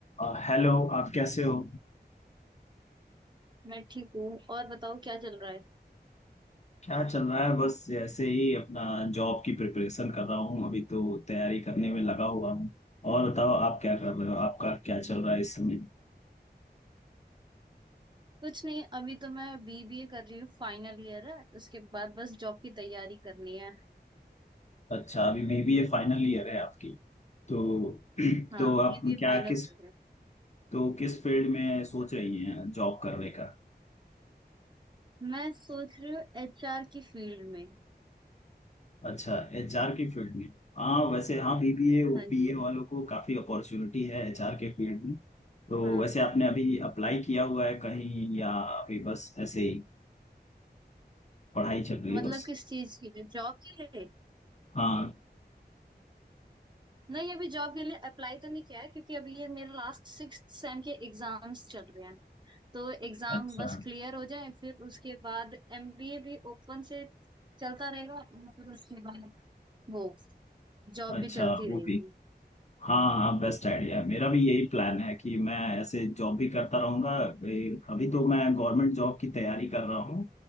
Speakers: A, on the left; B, on the right.
A: अ, Hello आप कैसे हो
B: मैं ठीक हूँ और बताओ क्या चल रहा है
A: क्या चल रहा है बस ऐसे ही अपना जॉब की प्रिपरेशन कर रहा हूँ अभी तो तैयारी करने में लगा हुआ हूँ और बताओ आप क्या कर रहे हो आपका क्या चल रहा है इस समय
B: कुछ नहीं अभी तो मैं बीबीए कर रही हूँ फाइनल ईयर है उसके बाद बस जॉब की तैयारी करनी है
A: अच्छा अभी बीबीए फाइनल ईयर है आपकी तो <clears throat>
B: हाँ
A: तो आप
B: बीबीए
A: क्या
B: फाइनल
A: किस
B: ईयर है
A: तो किस फील्ड में सोच रही हैं जॉब करने का
B: मैं सोच रही हूँ एचआर की फील्ड में
A: अच्छा एचआर की फील्ड में हाँ वैसे हाँ बीबीए
B: हाँ जी,
A: बीए वालों को काफी अपॉर्चुनिटी है एचआर के फील्ड में तो
B: हाँ
A: वैसे आपने अभी अप्लाई किया हुआ है कहीं या अभी बस ऐसे ही पढ़ाई चल रही
B: मतलब
A: है बस
B: किस चीज के लिए जॉब के लिए
A: हाँ
B: नहीं अभी जॉब के लिए अप्लाई तो नहीं किया है क्योंकि अभी ये मेरे लास्ट सिक्स सेम के एग्जाम्स चल रहे हैं तो एग्जाम
A: अच्छा
B: बस क्लियर हो जाए फिर उसके बाद एमबीए भी ओपन से चलता रहेगा और फिर उसके बाद वो जॉब
A: अच्छा
B: भी चलती
A: वो
B: रहेगी
A: भी हाँ हाँ बेस्ट आइडिया
B: हम्म,
A: मेरा भी यही प्लान है कि मैं ऐसे जॉब भी करता रहूंगा ए, अभी तो मैं गवर्नमेंट जॉब की तैयारी कर रहा हूँ